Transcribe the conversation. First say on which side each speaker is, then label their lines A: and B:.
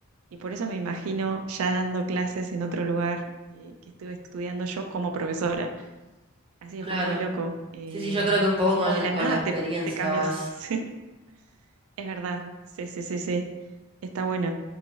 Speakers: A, on the right (about 75°); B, on the right (about 25°).
A: Y por eso me imagino ya dando clases en otro lugar eh, que estuve estudiando yo como profesora. Así que
B: Claro.
A: fue muy loco. Eh,
B: Sí, sí, yo creo que un poco
A: cómo
B: con,
A: de la
B: con
A: nada
B: la experiencia
A: te, te cambias.
B: vas.
A: <laughs> Sí, es verdad. Sí, sí, sí, sí. Está bueno.